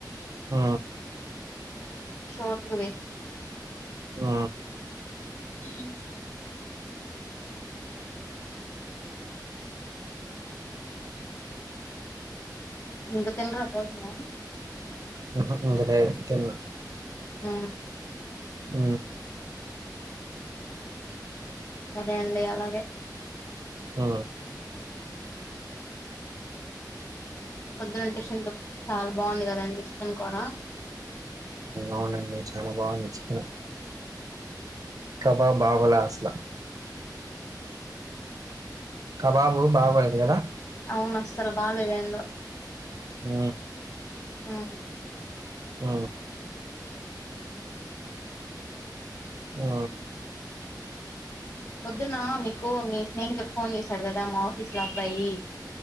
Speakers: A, on the right; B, on the left.
A: ఆ
B: షోట్కుది
A: ఆ
B: ఉ ఇంక తినరా భోజనం
A: ఆహా ఇంకా తిన్ను
B: హ
A: అ
B: సరే అండి అలాగే
A: ఆ
B: పొద్దున టిఫ్న్ లో చాలా బాగుంది కదండి చికెన్ కూర
A: అవునండి చాలా బాగుంది చికెన్ కబాబ్ బాగోలా అసలా కబాబు బాగోలేదు కదా
B: అవును అస్సలు బాలేదు ఏందో
A: హ
B: ఆ
A: హ ఆ
B: పొద్దున్న మీకు మీ స్నేహితుడు ఫోన్ చేసాడు కదా మో బస్లో అబ్బాయి